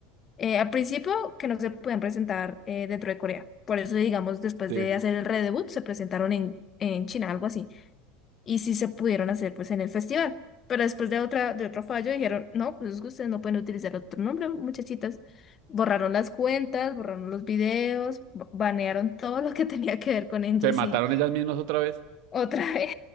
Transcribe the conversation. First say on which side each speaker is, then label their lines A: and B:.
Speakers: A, on the left; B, on the right.
A: Eh, al principio, que no se pueden presentar eh, dentro de Corea. Por eso, digamos, después
B: Sí.
A: de hacer el redebut, se presentaron en, en China, algo así. y sí se pudieron hacer pues en el festival. Pero después de otra, de otro fallo dijeron, no, pues ustedes no pueden utilizar otro nombre, muchachitas. Borraron las cuentas, borraron los videos, ba- banearon todo lo que <laughs> tenía que ver con NGC
B: ¿Se mataron ellas mismas otra vez?
A: otra vez.